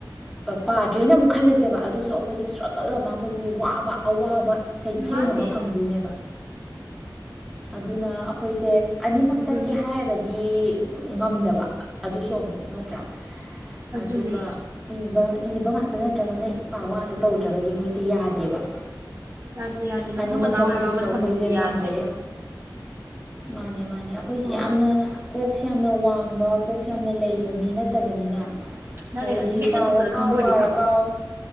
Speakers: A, in the centre; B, on the right (about 30°).
A: ꯄꯥꯗ꯭ꯔꯤꯅ ꯑꯃꯨꯛ ꯈꯜꯂꯁꯦꯕ ꯑꯗꯨꯁꯨ ꯑꯩꯈꯣꯏꯗ ꯏꯁꯇ꯭ꯔꯒꯜ ꯑꯃ ꯑꯩꯈꯣꯏꯗꯤ ꯋꯥꯕ ꯑꯋꯥꯕ ꯆꯩꯊꯦꯡ
B: ꯃꯥꯅꯦ
A: ꯑꯃ ꯐꯪꯗꯣꯏꯅꯦꯕ ꯑꯗꯨꯅ ꯑꯩꯈꯣꯏ ꯁꯦ ꯑꯅꯤꯃꯛ
B: ꯑꯗꯨꯅꯤ
A: ꯆꯠꯀꯦ ꯍꯥꯏꯔꯒꯗꯤ ꯉꯝꯗꯕ ꯑꯗꯨꯁꯨ ꯑꯃꯨꯛ ꯅꯠꯇ꯭ꯔꯥ
B: ꯑꯗꯨꯅꯦ
A: ꯑꯗꯨꯒ ꯏꯕ ꯏꯕ ꯉ ꯑꯗꯨ ꯅꯠꯇ꯭ꯔꯒꯅ ꯄꯥꯕ ꯉꯥꯛꯇ ꯇꯧꯗ꯭ꯔꯒꯗꯤ ꯑꯩꯈꯣꯏꯁꯦ ꯌꯥꯗꯦꯕ
B: ꯌꯥꯗꯦ ꯌꯥꯗꯦ ꯃꯊꯪ
A: ꯑꯅꯤꯃꯛ
B: ꯃꯅꯥꯎ
A: ꯆꯠꯄꯁꯤꯁꯨ
B: ꯍꯥꯏꯕ ꯑꯃ
A: ꯑꯩꯈꯣꯏꯁꯦ
B: ꯊꯝꯗꯤ ꯌꯥꯗ꯭ꯔꯦꯕ
A: ꯉꯝꯗꯦ ꯃꯥꯅꯦ ꯃꯥꯅꯦ ꯑꯩꯈꯣꯏꯁꯦ
B: ꯍꯣꯏ
A: ꯌꯥꯝꯅ ꯀꯣꯛꯁꯦ ꯌꯥꯝꯅ ꯋꯥꯡꯕ ꯀꯣꯛ ꯄꯛꯁ ꯌꯥꯝꯅ ꯂꯩꯕ ꯃꯤ ꯅꯠꯇꯕꯅꯤꯅ
B: ꯅꯠꯇꯦ
A: ꯍꯥꯏꯕꯗꯤ
B: ꯅꯠꯇꯦ ꯃꯤꯠꯅ
A: ꯄꯥꯔ
B: ꯀꯨꯞꯄꯗ
A: ꯀꯥꯎ
B: ꯈꯪꯕ
A: ꯄꯥꯔ
B: ꯑꯣꯏꯔꯗꯤ ꯐꯕ
A: ꯀꯥꯎ